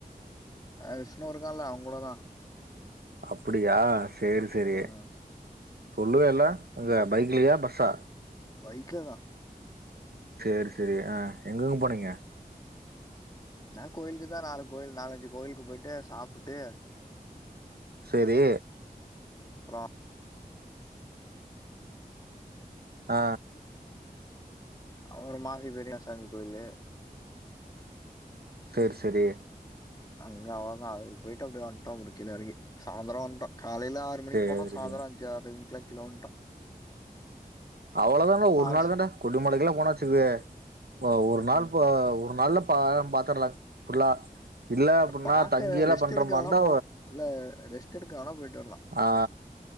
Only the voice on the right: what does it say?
அப்டியா சேரி சேரி
சொல்லவே இல்ல அங்க பைக்லியா பஸ்ஸா
சேரி சேரி அ எங்கெங்க போனீங்க
சேரி
அ
சேர் சேரி
சேரி
அவ்ளோ தாண்ட
ஒரு நாள் தான்டா கொல்லிமலைக்குல்லா போனாச்சுக்க ஒரு
நாள் ஒரு நாள்ல பாத்துர்லா ஃபுல்லா இல்ல அப்டின்னா
தங்கியெல்லா
பண்றமாருந்தா
அ